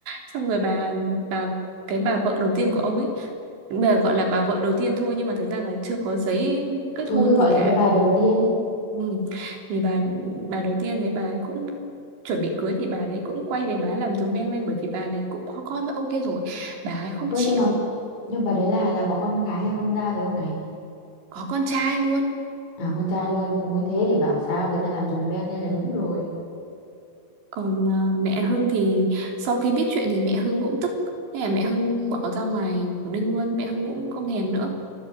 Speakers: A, on the right; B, on the left.
A: xong rồi bà bà cái bà vợ đầu tiên của ông ấy bây giờ gọi là bà vợ đầu tiên thôi nhưng mà thực ra là chưa có giấy kết
B: thôi
A: hôn
B: cứ gọi
A: gì
B: là
A: cả
B: cái bà đầu tiên
A: ừ. thì bà bà đầu tiên đấy bà ấy cũng chuẩn bị cưới thì bà đấy cũng quay về bà ấy làm dùm beng lên bởi vì bà này cũng có con với ông kia rồi bà ấy không
B: thôi
A: chịu
B: nhưng mà nhưng bà đấy là là có con gái hay con trai với ông này
A: có con trai luôn
B: à con trai luôn ui thế thì bảo sao người ta làm dùm beng lên là đúng rồi
A: còn à, mẹ Hưng thì sau khi biết chuyện thì mẹ Hưng cũng tức thế là mẹ Hưng bỏ ra ngoài Quảng Ninh luôn mẹ Hưng cũng không thèm nữa